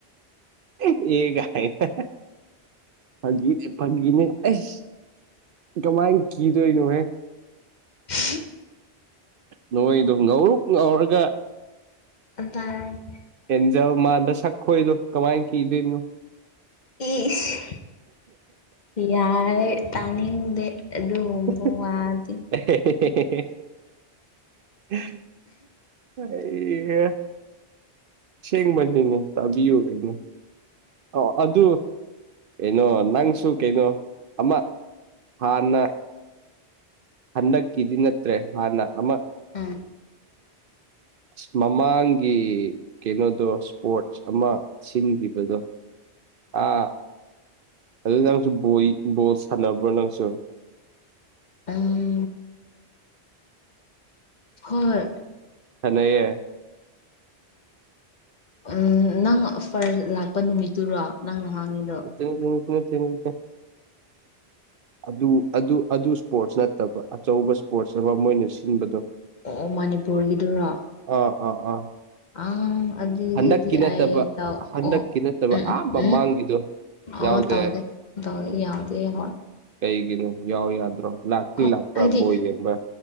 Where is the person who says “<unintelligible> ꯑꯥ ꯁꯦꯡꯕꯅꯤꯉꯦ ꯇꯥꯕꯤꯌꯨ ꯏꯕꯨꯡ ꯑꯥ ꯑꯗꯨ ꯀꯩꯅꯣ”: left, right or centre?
Right